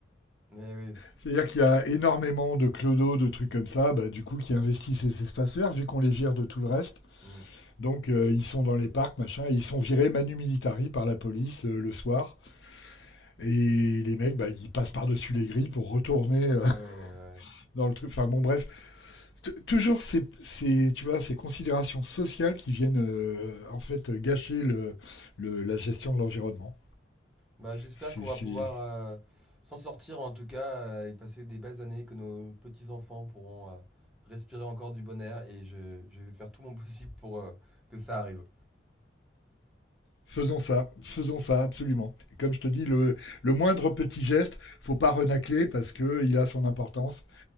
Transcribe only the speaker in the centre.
Eh oui.
Mm.
Eh oui,
ouais, ouais.
Bah, j'espère
qu'on
va pouvoir euh, s'en sortir en tout cas euh, et passer des belles années, que nos petits-enfants pourront euh, respirer encore du bon air et je, je vais faire tout mon <laughs> possible pour euh, que ça arrive.